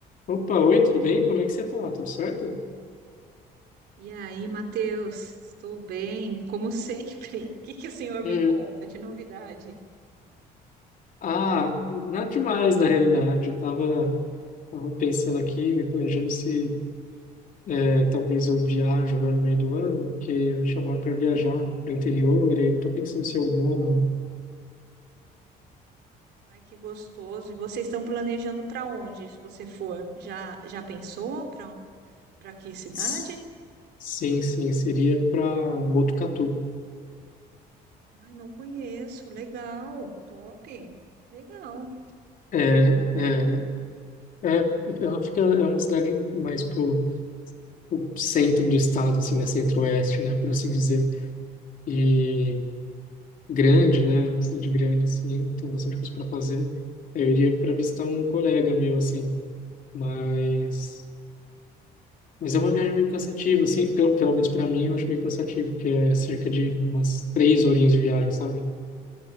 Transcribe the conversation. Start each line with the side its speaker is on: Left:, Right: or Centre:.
Left: Opa, oi, tudo bem? Como é que você tá? Tudo certo?
Right: E aí, Matheus, estou bem, como sempre. <laughs> O que que o senhor me
Left: Uhum.
Right: conta de novidade?
Left: Ah, nada demais, na realidade. Eu tava, tava pensando aqui, me planejando se é, talvez eu viajo agora no meio do ano, porque me chamaram para viajar pro interior, e aí eu tô pensando se eu vou ou não.
Right: Ai, que gostoso. E vocês estão planejando para onde, se você for? Já já pensou para para que cidade?
Left: S- Sim, sim, seria para Botucatu.
Right: Ai, não conheço. Legal. Top. Legal.
Left: É,
Right: Botucatu.
Left: é, é, ela fica, é uma cidade mais pro, pro centro do estado, assim, né? Centro-oeste, né? Por assim dizer. E grande, né? Uma cidade grande, assim, tem bastante coisa para fazer. Aí Eu iria para visitar um colega meu, assim, mas mas é uma viagem meio cansativa, assim, pelo, pelo menos para mim, eu acho meio cansativo, porque é cerca de umas três horinhas de viagem, sabe?